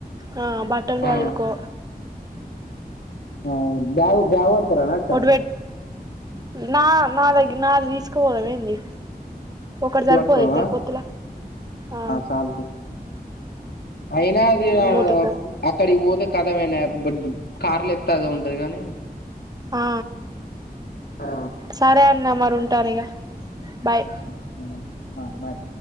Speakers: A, on the right (about 25°); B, on the left (about 85°).
A: ఆ బట్టలు
B: ఆ,
A: సదరుకో
B: ఆ బ్యాగు బాగ్ పట్టుకొని రానా అక్క
A: ఒకటి పెట్ నా నా దగ్గ నాది తీసుకోవాలం ఏంది ఒకటి
B: ఇప్పుడు
A: సరిపోద
B: పట్టుకో
A: ఇద్దరి
B: ఆ,
A: పొత్తుల ఆ
B: చాలు తీ. అయినా అది
A: మూతకు
B: అక్కడికి పోదు కా మొత్తం ఐన బడ్ కార్లో ఎత్తే అదే ఉంటది గాని
A: ఆ
B: ఆ
A: సరే అన్న మరి ఉంటాను ఇగ బాయ్
B: మ్ మ్ అ బాయ్